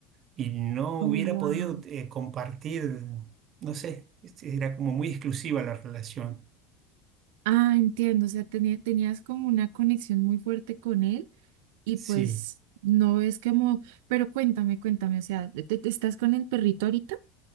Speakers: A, on the right (about 35°); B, on the right (about 80°).
A: y no
B: Oh,
A: hubiera
B: wow.
A: podido eh, compartir, no sé, este, era como muy exclusiva la relación,
B: Ah, entiendo, o sea, tenía- tenías como una conexión muy fuerte con él y
A: sí.
B: pues no es como, pero cuéntame, cuéntame, o sea, ¿te, te- estás con el perrito ahorita?